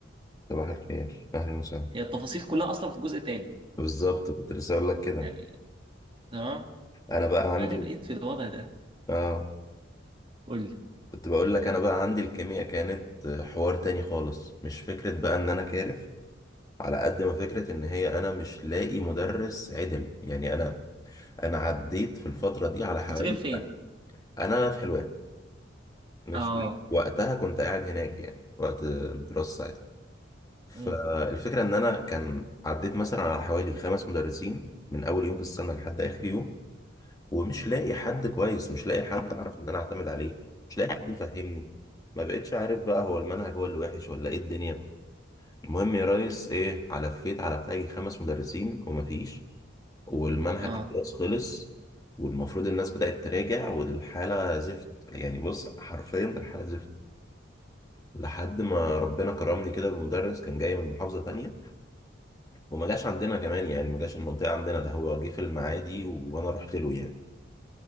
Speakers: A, on the left; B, on the right.
A: صباح الخير اهلا وسهلا
B: هي التفاصيل كلها اصلا في الجزء التاني
A: بالظبط كنت لسه اقول لك كده
B: يعني تمام
A: انا بقى عندي
B: فانا بقيت في الوضع ده
A: اه
B: قول لي
A: كنت بقول لك انا بقى عندي الكيمياء كانت حوار تاني خالص مش فكرة بقى ان انا كارف على قد ما فكرة ان هي انا مش لاقي مدرس عدل يعني انا انا عديت في الفترة دي على
B: كنت
A: حوالي
B: جايب فين
A: انا في حلوان ماشي
B: اه
A: وقتها كنت قاعد هناك يعني وقت الدراسة ساعتها فالفكرة
B: امم
A: ان انا كان عديت مثلا على حوالي خمس مدرسين من اول يوم في السنة لحد اخر يوم ومش لاقي حد كويس مش لاقي حد اعرف ان انا اعتمد عليه مش لاقي حد يفهمني ما بقتش عارف بقى هو المنهج هو اللي وحش ولا ايه الدنيا المهم يا ريس ايه علفيت على بتاعي خمس مدرسين ومفيش والمنهج
B: اه
A: خلاص خلص والمفروض الناس بدأت تراجع والحالة زفت يعني بص حرفيا الحالة زفت لحد ما ربنا كرمني كده بمدرس كان جاي من محافظة تانية وما جاش عندنا كمان يعني ما جاش المنطقة عندنا ده هو جه في المعادي وانا رحت له يعني